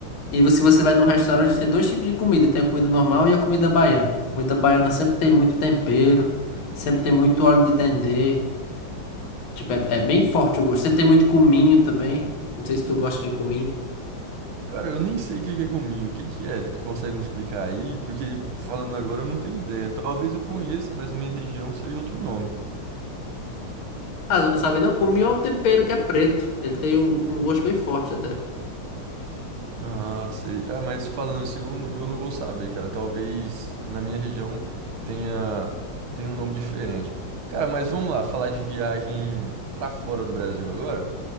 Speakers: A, on the left; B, on the right.
A: E você- se você vai num restaurante, tem dois tipos de comida. Tem a comida normal e a comida baiana. A comida baiana sempre tem muito tempero, sempre tem muito óleo de dendê. Tipo, é, é bem forte o gosto. Sempre tem muito cominho também. Não sei se tu gosta de cominho.
B: Cara, eu nem sei o que que é cominho, o que que é? Você consegue me explicar aí? Porque falando agora eu não tenho ideia. Talvez eu conheça, mas a minha região seja outro nome.
A: Ah, você não sabe não? Cominho é um tempero que é preto. Ele tem um, um gosto bem forte até.
B: Ah, sei. Ah, mas falando assim, eu, não- eu não vou saber, cara. Talvez na minha região tenha, tenha um nome diferente. Cara, mas vamos lá, falar de viagem pra fora do Brasil agora.